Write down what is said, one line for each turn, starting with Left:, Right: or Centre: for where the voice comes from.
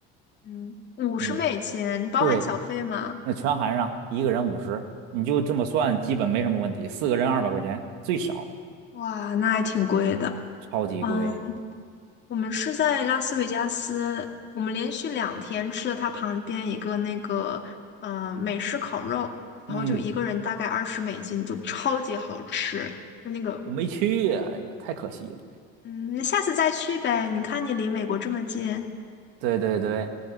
Left: 嗯，五十美金，
Right: 嗯，
Left: 你包含小费吗？
Right: 对，那全含上，一个人五十，你就这么算，基本没什么问题。四个人二百块钱最少，
Left: 哇，那还挺贵的。
Right: 超级贵。
Left: 嗯，我们是在拉斯维加斯，我们连续两天吃了它旁边一个那个呃美式烤肉，然后就一个人大概二十美金，
Right: 嗯，
Left: 就超级好吃。就那个，
Right: 我没去呀，哎呀，太可惜了。
Left: 嗯，你下次再去呗。你看你离美国这么近。
Right: 对对对，